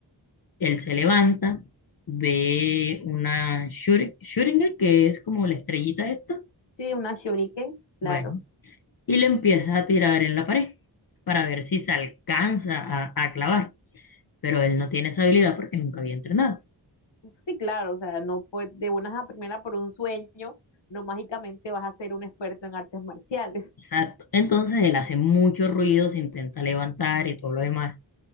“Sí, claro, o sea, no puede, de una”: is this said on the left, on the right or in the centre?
Left